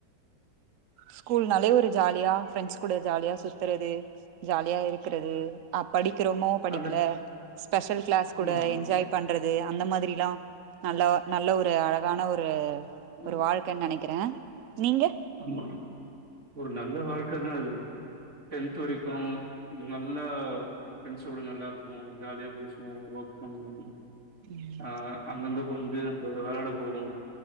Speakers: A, on the right; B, on the right.
A: ஸ்கூல்னாலே ஒரு ஜாலியா ஃப்ரெண்ட்ஸ் கூட ஜாலியா சுத்துறது ஜாலியா இருக்குறது அ படிக்கிறமோ படிக்கல
B: அந்த
A: ஸ்பெஷல் கிளாஸ் கூட
B: ஆமா
A: என்ஜாய் பண்றது அந்த மாதிரில்ல நல்ல நல்ல ஒரு அழகான ஒரு
B: ம்.
A: ஒரு வாழ்க்கன் நெனெக் கிறே நீங்க
B: ஆமா ஒரு நல்ல வாழ்க்க தா அது டென்த் வரைக்கு நல்லா பிரண்ட்ஸோடோ நல்லா இருக்கு ஜாலியா பேசுவோ ஒர்க் பண்ணுவோ
A: ம்
B: ஆ அங்கங்கப்ப வந்து அங்க விளாட போவோ